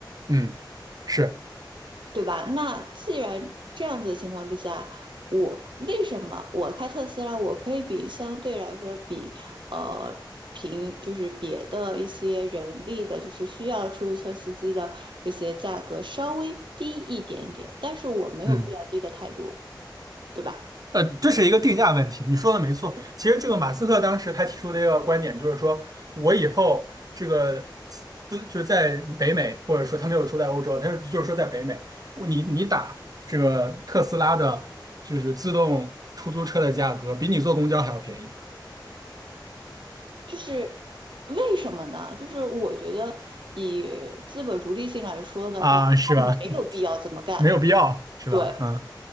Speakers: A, on the right; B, on the right.
A: 嗯。是。
B: 对吧？那既然这样子的情况之下，我为什么我开特斯拉，我可以比相对来说比呃平就是别的一些人力的，就是需要出租车司机的这些价格稍微低一点点，但是我没有必要低的太多，
A: 嗯，
B: 对吧？
A: 呃，这是一个定价问题，你说的没错。其实这个马斯克当时他提出的一个观点就是说，我以后这个资就是在北美，或者说他没有说在欧洲，他就是说在北美，我你你打这个特斯拉的，就是自动出租车的价格，比你坐公交还要便宜
B: 就是为什么呢？就是我觉得以资本逐利性来说的话，
A: 啊，是吧？
B: 他没有必要这么干。
A: <laughs> 没有必要，是吧？
B: 对，
A: 嗯。